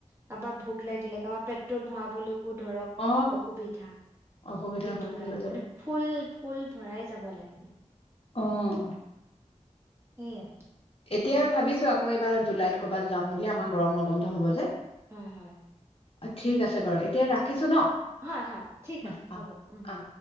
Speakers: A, on the right; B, on the left.
A: কাৰোবাৰ ভোক লাগিলে কাৰোবাৰ পেট্ৰল ভৰাবলৈ। ধৰক
B: অ
A: অসুবিধা
B: অসুবিধা
A: সেইটো
B: হয়
A: কাৰণে
B: লৈ
A: মানে। ফুল ফুল ভৰাই যাব লাগে। মানে
B: আহ,
A: সেইয়াই।
B: এতিয়া আৰু ভাবিছো আকৌ এইবাৰ জুলাইত কৰ'বাত যাম বুলি আমাৰ গৰমৰ বন্ধ হব যে।
A: হয় হয়,
B: অ ঠিক আছে বাৰু এতিয়া ৰাখিছো ন।
A: হয় হয় ঠিক
B: আহ
A: আছে
B: আহ
A: হ'ব উম।
B: আহ